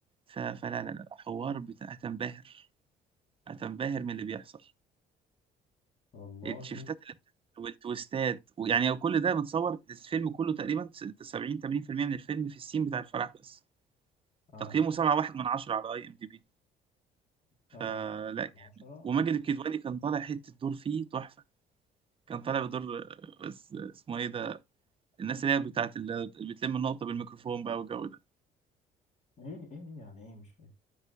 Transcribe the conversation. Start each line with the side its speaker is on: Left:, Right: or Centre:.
Right: ف... فلا لا لا حوار بتاع هتنبهر هتنبهر من اللي بيحصل
Left: والله
Right: الشيفتات اللي بتحصل والتويستات ويعني كل ده متصور الفيلم كله تقريبا 70 80% من الفيلم في السين بتاع الفرح بس
Left: اه
Right: تقييمه 7.1 من 10 على اي ام دي بي فلا
Left: سبعة العشرة
Right: وماجد الكدواني كان طالع حته دور فيه تحفه كان طالع بدور آه، اس- اسمه ايه ده الناس اللي هي بتاعت اللي بتلم النقطه بالميكروفون بقى والجو ده
Left: ايه ايه ايه يعني ايه مش فاهم